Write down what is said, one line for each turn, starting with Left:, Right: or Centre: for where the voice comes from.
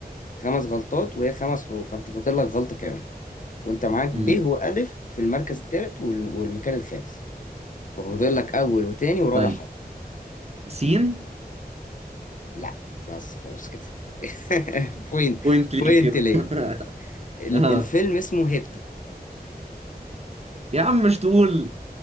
Left: خمس غلطات وهي خمس حروف فانت خاطر لك غلطة كمان وانت معاك
Right: امم
Left: ب وألف في المركز الثالث وال... والمكان الخامس ففاضل لك أول وتاني ورابع
Right: طيب
Left: حرف
Right: سين
Left: لا بس خلاص كده <laughs> بوينت
Right: بوينت ليك
Left: بوينت
Right: كده
Left: ليه
Right: <laughs>
Left: ال-
Right: اه
Left: الفيلم اسمه هيبتا
Right: يا عم مش تقول